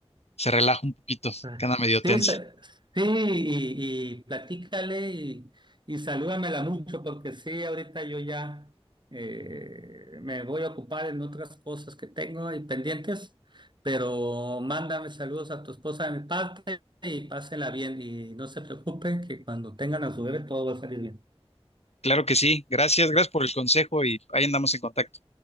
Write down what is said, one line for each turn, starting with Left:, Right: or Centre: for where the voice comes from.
Left: se relaja un poquito,
Right: Ah,
Left: que anda medio
Right: Sí,
Left: tensa.
Right: sa- sí, y, y platícale y, y salúdamela mucho, porque sí, ahorita yo ya eh, me voy a ocupar en otras cosas que tengo y pendientes, pero mándame saludos a tu esposa de mi parte y pásenla bien y no se preocupen que cuando tengan a su bebé todo va a salir bien.
Left: Claro que sí, gracias, gracias por el consejo y ahí andamos en contacto.